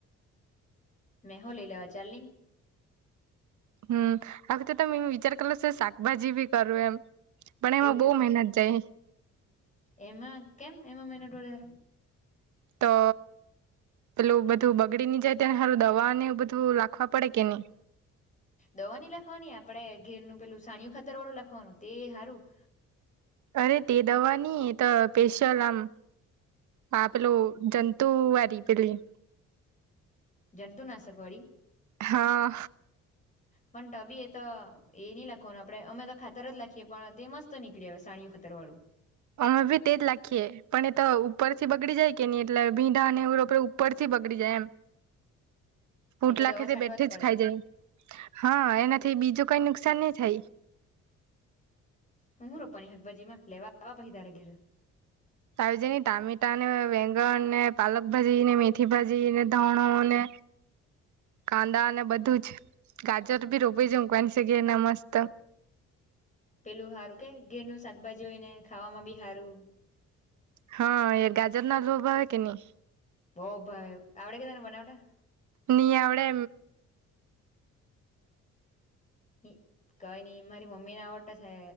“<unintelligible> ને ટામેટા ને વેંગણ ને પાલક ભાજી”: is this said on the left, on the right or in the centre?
Right